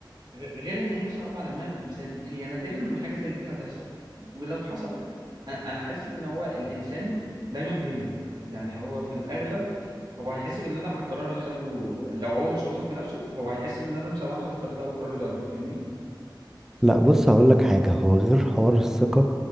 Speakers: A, on the right (about 65°); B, in the centre.
A: غ- غير ان هي صعبه على دماغ الانسان هي نادرا ما حاجه زي دي هتحصل ولو حصلت أ- انا حاسس ان هو الانسان دايما بيندم يعني هو في الاغلب هو هيحس بالندم على القرار اللي خده لو هو مش واثق في نفسه هو هيحس بالندم سواء خد القرار ده او القرار ده فاهمني
B: <laughs> لا بص هقول لك حاجة هو غير حوار الثقة